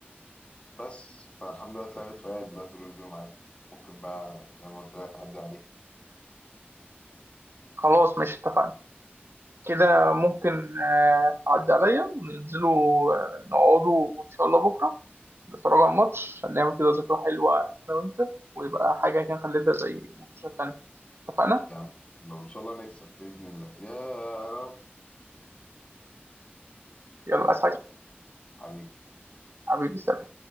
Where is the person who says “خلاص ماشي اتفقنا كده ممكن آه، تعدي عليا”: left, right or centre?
Right